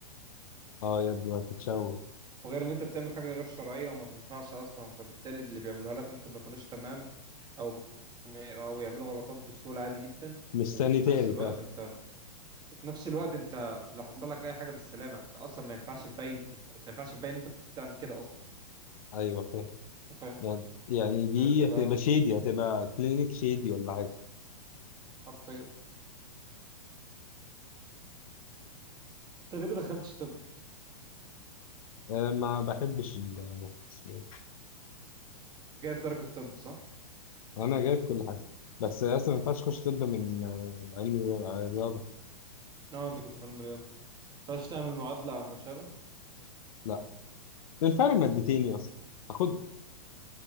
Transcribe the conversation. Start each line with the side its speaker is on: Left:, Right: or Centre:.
Left: اه يا ابني هتتشوه
Right: وغير ان انت بتعمل حاجة غير شرعية وما تنفعش اصلا فبالتالي اللي بيعملوها لك ممكن ما يكونوش تمام او او يعملوا غلطات بسهولة عادي جدا
Left: مستني
Right: وفي
Left: تاني
Right: نفس الوقت
Left: فعلا
Right: انت وفي نفس الوقت انت لو حصل لك اي حاجة بالسلامة انت اصلا ما ينفعش تبين انت أنت ما ينفعش تبين انت كنت بتعمل كده اصلا
Left: أيوه فاهم
Right: انت فاهم
Left: يعني يعني دي
Right: هتبقى
Left: هتبقى شيدي هتبقى كلينيك شيدي ولا حاجة
Right: حرفيا انت ليه ما دخلتش طب
Left: آه ما بحبش ال اسمه إيه؟
Right: كنت جايب درجة طب صح؟
Left: أنا جايب كل حاجة بس أصلا ما ينفعش تخش طب من آه، علم رياضة
Right: اه انت كنت في المليون ما ينفعش تعمل معادلة او ما شابه
Left: لا الفرق مادتين يا اسطى هاخدهم